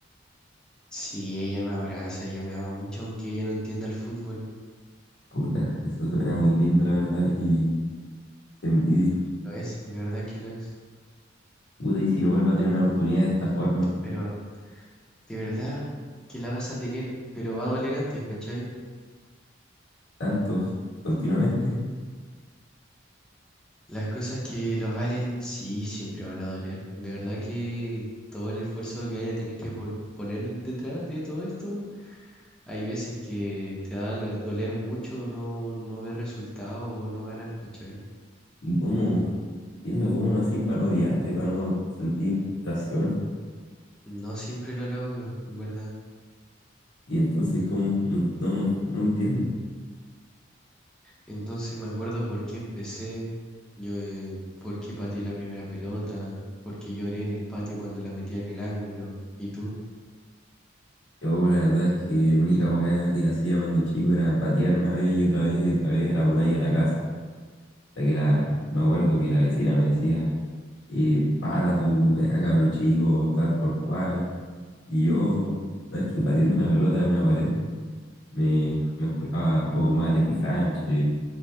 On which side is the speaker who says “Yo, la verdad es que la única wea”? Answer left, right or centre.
Left